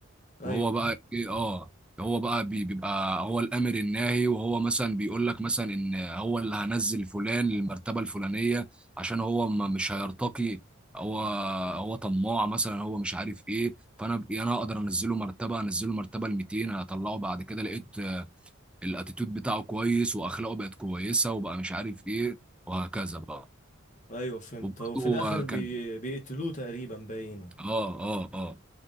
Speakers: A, on the left (about 35°); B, in the centre.
A: ايوه
B: وهو بقى ايه اه هو بقى بي- بيبقى هو الامر الناهي وهو مثلا بيقول لك مثلا ان هو اللي هنزل فلان للمرتبه الفلانيه عشان هو ما مش هيرتقي هو هو طماع مثلا هو مش عارف ايه فانا ب- يعني انا اقدر انزله مرتبه انزله مرتبه ال 200 هطلعه بعد كده لقيت آه، الاتيتيود بتاعه كويس واخلاقه بقت كويسه وبقى مش عارف ايه وهكذا بقى
A: ايوه فهمت
B: وبرضه
A: هو في الاخر
B: آه،
A: بي...
B: كان
A: بيقتلوه تقريبا باينه
B: اه اه اه